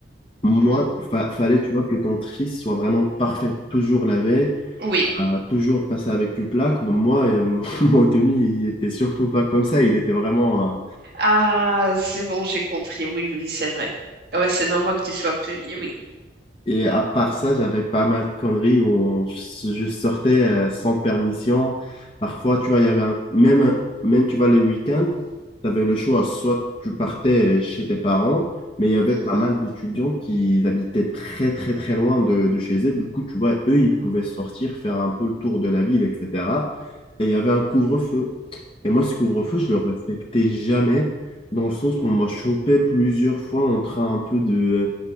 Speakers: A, on the left; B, on the right.
A: moi,
B: Mhm.
A: fa- fallait, tu vois, que ton tri soit vraiment parfait, toujours lavé
B: Oui.
A: a toujours passé avec une plaque. Ben, moi, euh, <laughs> mon tenue, il était surtout pas comme ça. Il était vraiment. euh,
B: Ah, c'est bon, j'ai compris. Oui, oui, oui, c'est vrai. Ouais, c'est normal que tu sois puni, oui.
A: Et à part ça, j'avais pas mal de conneries où on- je sortais euh, sans permission. Parfois, tu vois, il y avait un- même, un- même, tu vois, les week-ends, tu avais le choix. Soit tu partais euh, chez tes parents, mais il y avait
B: Mhm.
A: pas mal d'étudiants qui habitaient très, très, très loin de, de chez eux. Du coup, tu vois, eux, ils pouvaient sortir, faire un peu le tour de la ville, etc. Et il y avait un couvre-feu. Et moi, ce couvre-feu, je le respectais jamais, dans le sens où on m'a chopé plusieurs fois en train un peu de,